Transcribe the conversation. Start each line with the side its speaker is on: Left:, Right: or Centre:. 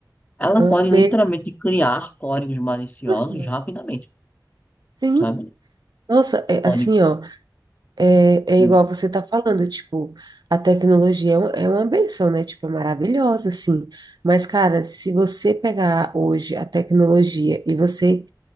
Left: Ela
Right: aham,
Left: pode
Right: me-
Left: literalmente criar códigos maliciosos
Right: ah,
Left: rapidamente,
Right: sim,
Left: sabe?
Right: nossa, é
Left: Pode.
Right: assim, ó. É, é
Left: hum,
Right: igual você tá falando, tipo, a tecnologia é um- é uma benção, né? Tipo, é maravilhosa, assim. Mas, cara, se você pegar hoje a tecnologia e você